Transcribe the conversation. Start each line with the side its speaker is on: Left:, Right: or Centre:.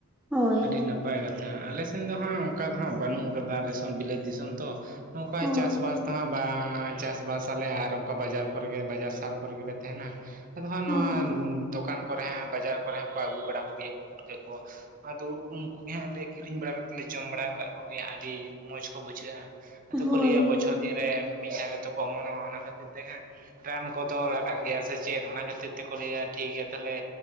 Centre: ᱦᱳᱭ
Right: ᱟᱹᱰᱤ ᱱᱟᱯᱟᱭ ᱠᱟᱛᱷᱟ ᱟᱞᱮᱥᱮ ᱥᱮᱱ ᱫᱚ ᱦᱟᱸᱜ ᱚᱱᱠᱟ ᱫᱚ ᱦᱟᱸᱜ ᱵᱟᱹᱱᱩᱜ ᱟᱠᱟᱫᱟ ᱟᱞᱮᱮᱥ ᱵᱤᱞᱟᱹᱛ ᱫᱤᱥᱚᱢ ᱛᱚ ᱱᱚᱝᱠᱟ
Centre: ᱦᱳᱭ
Right: ᱪᱟᱥ-ᱵᱟᱥ ᱚᱛ ᱦᱚᱸᱚ ᱵᱟᱝ ᱪᱟᱥᱵᱟᱥ ᱟᱞᱮ ᱟᱨ ᱚᱱᱠᱟ ᱵᱟᱡᱟᱨ ᱠᱚᱨᱮᱜᱮ ᱵᱟᱡᱟᱨ ᱥᱟᱨ ᱠᱚᱨᱮ ᱜᱮᱞᱮ ᱛᱟᱦᱮᱸᱱᱟ᱾ ᱟᱫᱚᱱᱟ
Centre: ᱦᱳᱭ
Right: ᱦᱟᱸᱜ ᱫᱚᱠᱟᱱ ᱠᱚᱨᱮ ᱦᱚᱸ ᱵᱟᱡᱟᱨ ᱠᱚᱨᱮ ᱦᱚᱸ, ᱠᱚ ᱟᱹᱜᱩ ᱵᱟᱲᱟ ᱠᱚᱜᱮᱭᱟ ᱩᱫᱽ ᱯᱩᱴᱠᱟᱹ ᱠᱚ᱾ ᱟᱫᱚ ᱩᱫ ᱩᱱᱠᱩ ᱜᱮᱦᱟᱸᱜᱞᱮ ᱠᱤᱨᱤᱧ ᱵᱟᱲᱟ ᱠᱟᱛᱮᱫ ᱞᱮ ᱡᱚᱢ ᱵᱟᱲᱟ ᱟᱠᱟᱫ ᱠᱚᱜᱮᱭᱟ ᱟᱹᱰᱤ ᱢᱚᱸᱡᱽ ᱠᱚ ᱵᱩᱡᱷᱟᱹᱜᱼᱟ᱾ ᱟᱫᱚ
Centre: ᱦᱳᱭ
Right: ᱠᱚ ᱞᱟᱹᱭᱟ ᱵᱚᱪᱷᱚᱨ ᱫᱤᱱ ᱨᱮ ᱢᱤᱫ ᱫᱷᱟᱣ ᱜᱮᱛᱚ ᱠᱚ ᱚᱢᱚᱱᱚᱜᱼᱟ ᱚᱱᱟ ᱠᱷᱟᱹᱛᱤᱨ ᱛᱮ ᱦᱟᱸᱜ ᱨᱟᱱ ᱠᱚᱫᱚ ᱞᱟᱜᱟᱜ ᱜᱮᱭᱟ ᱥᱮ ᱪᱮᱫ ᱚᱱᱟ ᱠᱷᱟᱹᱛᱤᱨ ᱛᱮᱠᱚ ᱞᱟᱹᱭᱟ ᱴᱷᱤᱠ ᱜᱮᱭᱟ ᱛᱟᱦᱚᱞᱮ